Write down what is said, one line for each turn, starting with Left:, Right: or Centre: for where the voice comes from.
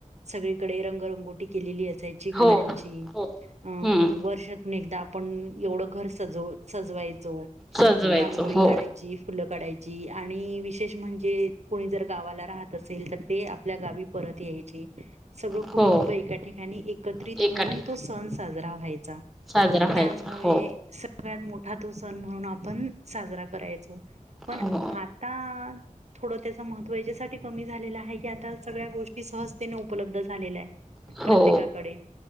Right: सगळीकडे रंगरंगोटी केलेली असायची घरांची
Centre: हो हो
Right: अम
Centre: हम्म
Right: वर्षातून एकदा आपण एवढं घर सजव सजवायचो
Centre: सजवायचं
Right: रांगोळी
Centre: हो
Right: काढायची फुलं कायची आणि विशेष म्हणजे कोणी जर गावाला राहत असेल तर ते आपल्या गावी परत सगळ
Centre: हो
Right: कुटुंब एका ठिकाणी एकत्रित
Centre: एका ठिकाणी
Right: होऊन व्हाचा
Centre: साजरा व्हायचा
Right: त्यामुळे
Centre: हो
Right: सत मोठ ातो सण म्हणून आपण साजरा करायचो पण
Centre: हो
Right: आता थोडं त्याच महत्त्व याच्यासाठी कमी झालेलं आहे की आता सगळ्या गोष्टी सहजतेने उपलब्ध झालेल्या आहे
Centre: हो
Right: प्रत्येकाकडे